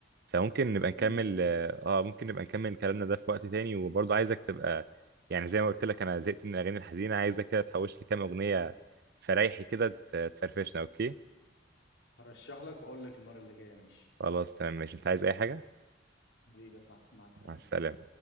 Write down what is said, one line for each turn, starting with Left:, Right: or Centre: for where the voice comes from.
Right: فممكن نبقى
Left: ربنا
Right: نكمل
Left: معاك يا صاحبي
Right: اه ممكن نبقى نكمل كلامنا ده في وقت تاني وبرضه عايزك تبقى يعني زي ما قلت لك انا زهقت من الاغاني الحزينه عايزك كده تحوش لي كام اغنيه فريحي كده ت- تفرفشنا اوكي
Left: هرشح لك وأقول لك المرة اللي جاية ماشي
Right: خلاص تمام ماشي انت عايز اي حاجه
Left: حبيبي يا صاحبي مع السلامة
Right: مع السلامه